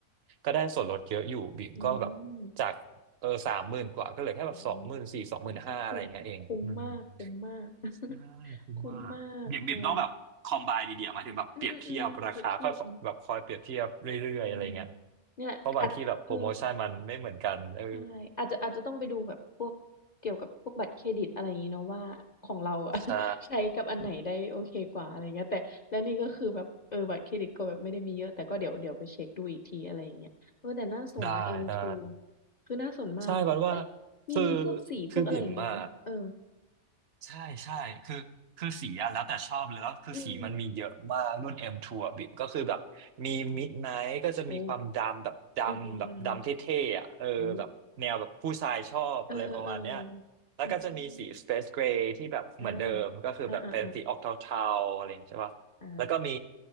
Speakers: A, on the right (about 60°); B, on the left (about 45°).
A: ก็ได้ส่วนลดเยอะอยู่บิ่มก็แบบจากเออสามหมื่นกว่าก็เหลือแค่แบบสองหมื่นสี่สองหมื่นห้าอะไรอย่างเงี้ยเองอืม
B: อืมโอ้โฮคุ้มคุ้มมากคุ้มมาก <laughs>
A: ใช่คุ้มมากบิ่มบิ่มต้องแบบคอมไบดีเดียมายถึงแบบเปรียบเทียบราคาค่อยแบบคอยเปรียบเทียบเรื่อยๆอะไรเงี้ย
B: คุ้มมากเอออือๆๆเปรียบเทียบเนาะ อืมเนี่แหละอาจเออ
A: เพราะบางทีแบบโปรโมชั่นมันไม่เหมือนกันเออ
B: ใช่อาจจะอาจจะต้องไปดูแบบพวกเกี่ยวกับพวกบัตรเครดิตอะไรอย่างงี้เนาะว่าของเราอะ
A: ใช่
B: <laughs> ใช้กับอันไหนได้โอเคกว่าอะไรอย่างเงี้ยแต่แล้วนี่ก็คือแบบเออบัตรเครดิตก็แบบไม่ได้มีเยอะแต่ก็เดี๋ยวเดี๋ยวไปเช็คดูอีกทีอะไรอย่างเงี้ยเออแต่น่าสนนะเอ็มทู
A: ได้ได้
B: คือน่าสนมากเอ้ยมีมีพวกสีพวกอะไรอย่างงี้เปล่าเออ
A: ใช่บัดว่าคือคือบิ่มอะ ใช่ใช่คือคือสีอะแล้วแต่ชอบเลยแล้วคือสีมันมีเยอะมากรุ่น
B: อืม
A: M2 อมทูอะบิ่มก็คือแบบมี Midnight ก็จะมีความดำแบบดำแบบดำเท่ๆอะเออแบบแนวแบบผู้ชายชอบอะไรประมาณเนี้ย
B: โอ้อืมๆๆโอ้เออๆๆอืม
A: แล้วก็จะมีสี Space Gray ที่แบบเหมือนเดิมก็คือแบบเป็นสีออกเทาๆอะไรอย่างเงี้ยใช่ปะแล้วก็มี
B: อาอาๆๆอา